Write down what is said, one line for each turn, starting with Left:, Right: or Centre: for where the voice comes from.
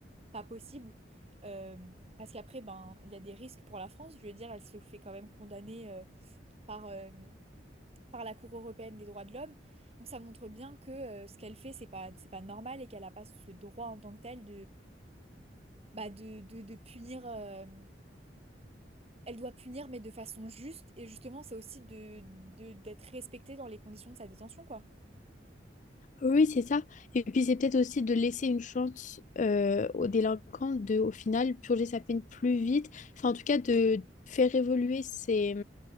Right: pas possible. Euh, parce qu'après, ben, il y a des risques pour la France. Je veux dire, elle se fait quand même condamner euh, par, euh, par la Cour européenne des droits de l'homme. Donc ça montre bien que euh, ce qu'elle fait, c'est pas, c'est pas normal et qu'elle n'a pas ce droit en tant que tel bah, de, de, de punir. euh, elle doit punir, mais de façon juste. Et justement, c'est aussi de, de- d'être respectée dans les conditions de sa détention, quoi.
Left: Oui, c'est ça. Et puis c'est peut-être aussi de laisser une chance euh, au délinquant de, au final, purger sa peine plus vite. Enfin, en tout cas, de faire évoluer ses,